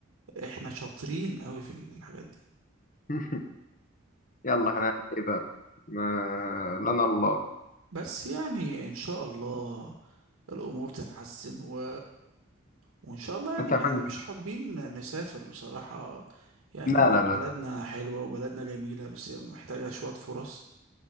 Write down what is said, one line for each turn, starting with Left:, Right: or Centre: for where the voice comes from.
Right: احنا شاطرين قوي في الحاجات دي
Left: <laughs> يلا هنعمل ايه بقى ما... لنا الله
Right: بس يعني ان شاء الله الامور تتحسن و... وان شاء الله يعني
Left: انت
Right: احنا
Left: عملت
Right: مش حابين نسافر بصراحة يعني
Left: لا لا
Right: بلدنا
Left: لا
Right: حلوة وبلدنا جميلة بس محتاجة شوية فرص